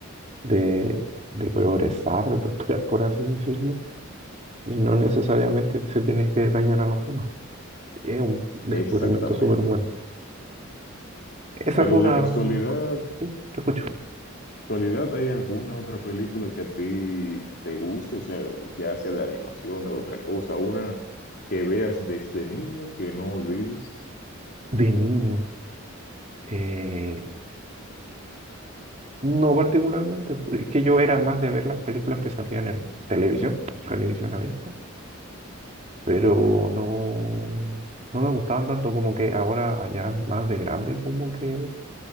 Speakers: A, on the right; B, on the left.
A: de, de progresar, de prosperar, por así decirlo, y no necesariamente se tiene que dañar a los demás. Es un descubrimiento
B: Exactamente.
A: súper bueno. Esa
B: Pero
A: fue una...
B: de casualidad,
A: Sí, te escucho.
B: actualidad hay alguna otra película que a ti te guste? O sea, ya sea de animación o otra cosa, una que veas desde niño que no olvides.
A: De niño, eh, no particularmente, porque es que yo era más de ver las películas que salían en televisión, televisión abierta. pero no, no me gustaban tanto como que ahora, allá más de grande, como que